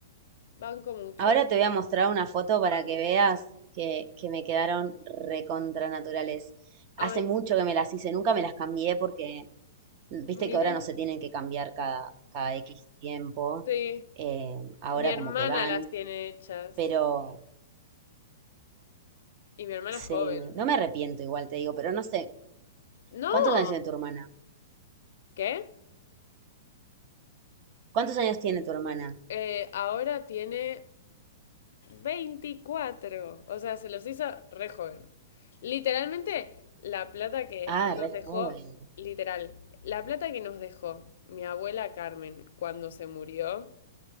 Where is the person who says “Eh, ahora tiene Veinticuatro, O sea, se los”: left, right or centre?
Left